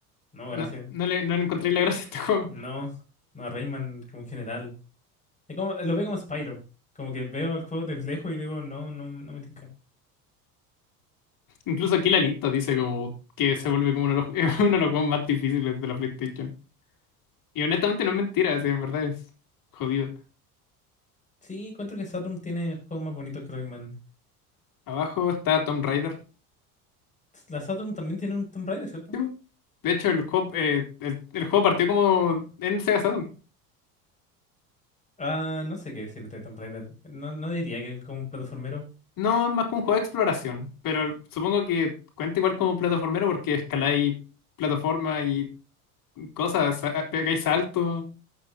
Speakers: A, on the left; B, on the left.
A: no,
B: No,
A: gracias.
B: no le, no le encontré la gracia a este <laughs> juego.
A: No, no, Rayman como en general. Es como, lo veo como Spyro, como que veo el juego de lejos y digo, no, no, no me tinca.
B: Incluso aquí la lista dice como que se vuelve como uno de los, <laughs> es uno de los juegos más difíciles de la PlayStation. Y honestamente no es mentira, sí, en verdad es jodido.
A: Sí, encuentro que Saturn tiene juegos más bonitos que Rayman.
B: Abajo está Tomb Raider.
A: La Saturn también tiene un Tomb Raider, ¿cierto?
B: Sí, po. de hecho, el juego, eh, el, el juego partió como en Sega Saturn.
A: Ah, no sé qué decirte de Tomb Raider. No, no diría que es como un plataformero.
B: No es más que un juego de exploración, pero supongo que cuenta igual como plataformero porque escaláis plataforma y cosas, sa- pegáis saltos.